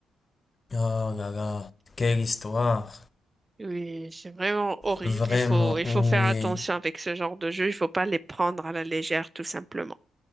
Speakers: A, on the left; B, on the right.
A: oh là là. Quelle histoire.
B: Oui, c'est vraiment horrible.
A: Vraiment,
B: Il faut, il
A: oui.
B: faut faire attention avec ce genre de jeu. Il faut pas les prendre à la légère, tout simplement.